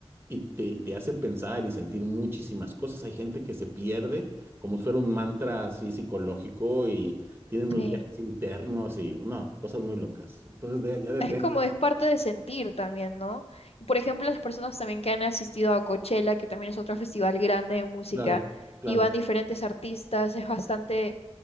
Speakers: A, on the right (about 25°); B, on the left (about 75°).
A: y te, te hace pensar y sentir muchísimas cosas. Hay gente que se pierde como si fuera un mantra así psicológico y tiene unos
B: sí.
A: viajes internos y, no, cosas muy locas. Entonces, de- ya depende,
B: Es como es parte de sentir también, ¿no? Y, Por ejemplo, las personas también que han asistido a Coachella, que también es otro festival grande de música,
A: claro, claro.
B: y van diferentes artistas, es bastante